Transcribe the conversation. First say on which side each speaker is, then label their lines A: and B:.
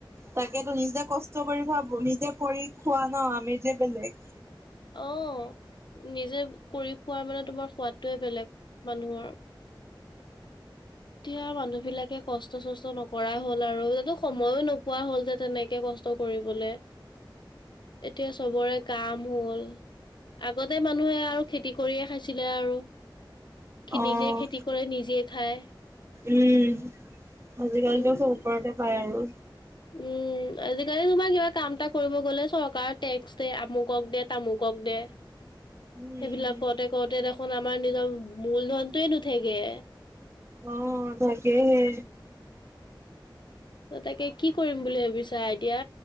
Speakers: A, on the right; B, on the left.
A: তাকেতো, নিজে কষ্ট কৰি হোৱা, নিজে কৰি খোৱা ন, আমেযে বেলেগ।
B: অ', নিজে কৰি খুৱোৰ মানে, তোমাৰ সোৱাদটোৱে বেলেগ, মানুহৰ এতিয়া মানুহ বিলাকে কষ্ট-চষ্ট নকৰা হ'ল আৰু। সময়ো নোপোৱা হ'ল যে তেনেকে কষ্ট কৰিবলৈ। এতিয়া চবৰে, কাম হ'ল। আগতে মানুহে আৰু খেতি কৰিয়ে খাইছিলে, আৰু।
A: অ',
B: নিজে খেতি কৰি, নিজে খায়।
A: উম, আজিকালিতো
B: উম
A: চ'ব ওপৰতে পায় আৰু।
B: উম, আজিকালি তোমাৰ কিবা কাম এটা কৰিব গ'লে, চৰকাৰক টেক্স দে, আমুকক দে, তামুকক দে।
A: <inaudible> উম।
B: সেইবিলাক কৰোঁতে, কৰোঁতে দেখোন আমাৰ নিজৰ মূলধনটয়ে নোথেগে।
A: অ, তাকে হে।
B: ত, তাকে কি কৰিম বুলি ভাবিছা এতিয়া